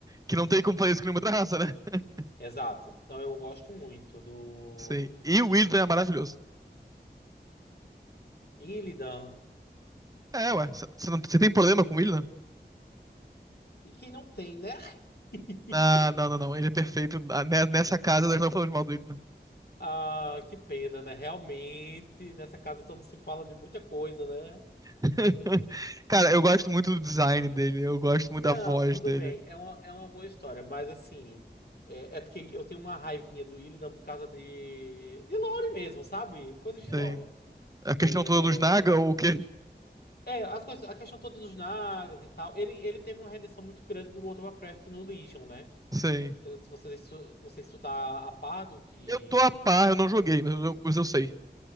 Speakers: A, on the right; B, on the left.
A: que não tem como fazer isso com nenhuma outra raça, né? <laughs>
B: Exato. Então eu gosto muito do
A: Sim. E o Illidan é maravilhoso.
B: Illidan.
A: É, ué, você não... cê tem problema com o Illidan?
B: E quem não tem, né? <laughs>
A: Ah, não, não, não, ele é perfeito. Ah, ne- Nessa casa nós não falamos mal do Illidan.
B: Ah, que pena, né? Realmente, nessa casa então não se fala de muita coisa, né?
A: <laughs> Cara, eu gosto muito do design dele, eu gosto muito
B: Não,
A: da voz
B: tudo
A: dele.
B: bem, é uma, é uma boa história, mas assim, é, é porque eu tenho uma raivinha do Illidan por causa de, de lore mesmo, sabe? Coisas de
A: Sim.
B: lore.
A: A questão
B: É,
A: toda dos Naga ou o quê?
B: é as coisas, a questão toda dos Nagas e tal, ele, ele teve uma redenção muito grande no World of Warcraft e no Legion, né?
A: Sim.
B: Eu não sei se você, se tu- não sei se tu tá a par do que.
A: Eu tô a par, eu não joguei, mas eu, mas eu sei.